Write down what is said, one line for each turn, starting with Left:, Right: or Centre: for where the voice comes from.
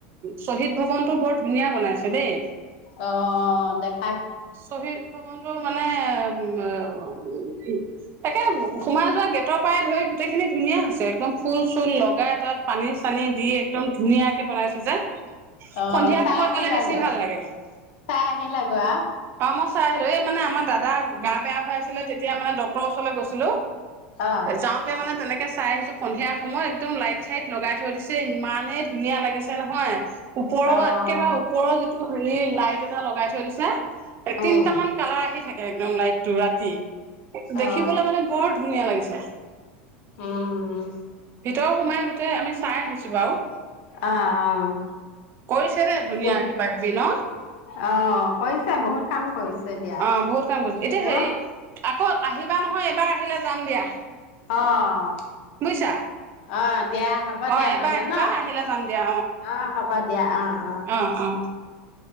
Right: শ্বহীদ ভৱনটো বৰ ধুনীয়া বনাইছে দেই।
Left: অ অঁ দেখ
Right: শ্বহীদ ভৱনটো মানে উম উ- তাকে সোমাই যোৱা গেটৰ পৰাই ধৰি গোটেইখিনি ধুনীয়া হৈছে। একদম ফুল-চুল লগাই তাত পানী-চানি দি একদম ধুনীয়াকে বনাইছে যে।
Left: অ
Right: সন্ধিয়া
Left: চাই
Right: সময়ত
Left: আহিলা
Right: গ'লে বেছি
Left: গৈ?
Right: ভাল লাগে।
Left: চাই আহিলা গৈ আও?
Right: অ মই চাই আহিলো। এই মানে আমাৰ দাদাৰ গা বেয়া হৈ আছিলে, তেতিয়া মানে ডক্টৰৰ ওচৰলৈ গৈছিলো।
Left: আ
Right: যাওঁতে মানে তেনেকে চাই আহিছো সন্ধিয়া সময়ত, একদম লাইট-চাইট লগাই থৈ দিছে। ইমানেই ধুনীয়া লাগিছে নহয়। ওপৰৰ
Left: অ অ
Right: একেবাৰে ওপৰৰ টো হেৰি লাইট এটা লগাই থৈ দিছে। এ তিনিটামান
Left: উম
Right: কালাৰ আহি- থাকে, একদম লাইটটো ৰাতি- দেখিবলৈ
Left: অ
Right: মানে বৰ ধুনীয়া লাগিছে। অ
Left: উম
Right: ভিতৰ সোমাই তাতে আমি চাই আহিছো বাৰু।
Left: অ-অ
Right: কৰিছে দেই ধুনীয়া
Left: ঠিক।
Right: কিবা কিবি ন
Left: অ' কৈছে বহুত। কাম কৰিছে। দিয়া
Right: অ বহুত কাম কৰিছে। এতিয়া
Left: ন
Right: হেৰি আকৌ আহিবা নহয় এবাৰ আহিলে? যাম দিয়া।
Left: অ'হ
Right: বুজিছা
Left: অ'হ দিয়া। হ'ব
Right: অ
Left: দিয়া।
Right: এবাৰ
Left: নহ'লে
Right: আহিবা
Left: ন।
Right: আহিলে যাম দিয়া
Left: অ হ'ব দিয়া। অ'-অ-
Right: অ অ